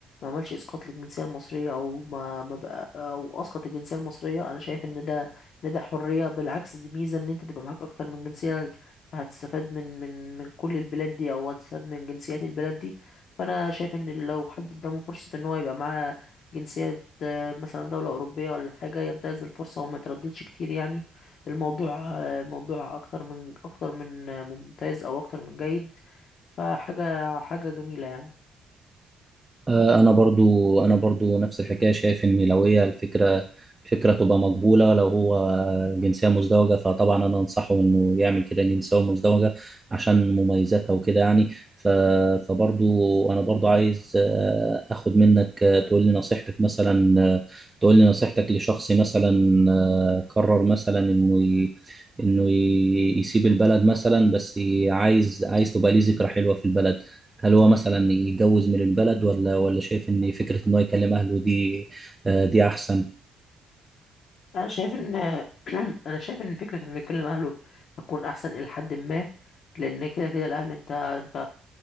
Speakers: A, on the left; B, on the right.
A: عملش إسقاط للجنسية المصرية أو ما ما بقى أو أسقط الجنسية المصرية أنا شايف إن ده إن ده حرية بالعكس دي ميزة إن أنت تبقى معاك أكتر من جنسية فهتستفاد من من من كل البلاد دي أو هتستفاد من جنسيات البلاد دي فأنا شايف إن لو حد قدامه فرصة إن هو يبقى معاه جنسية آه، مثلا دولة أوروبية ولا حاجة ينتهز الفرصة وما يترددش كتير يعني الموضوع الموضوع اكتر من اكتر من ممتاز او اكتر من جيد فحاجه حاجه جميله يعني
B: آه، انا برضو انا برضو نفس الحكايه شايف ان لو هي الفكره الفكره تبقى مقبوله لو هو جنسيه مزدوجه فطبعا انا انصحه انه يعمل كده جنسيه مزدوجه عشان مميزاتها وكده يعني ف فبرضو انا برضو عايز آه، اخد منك آه، تقول لي نصيحتك مثلا آه، تقول لي نصيحتك لشخص مثلا آه، قرر مثلا انه ي... انه ي... يسيب البلد مثلا بس عايز عايز تبقى ليه ذكرى حلوه في البلد هل هو مثلا يتجوز من البلد ولا ولا شايف ان فكره ان هو يكلم اهله دي آه، دي احسن
A: انا شايف ان <clears throat> انا شايف ان فكره انه يكلم اهله هتكون احسن الى حد ما لان كده كده الاهل انت انت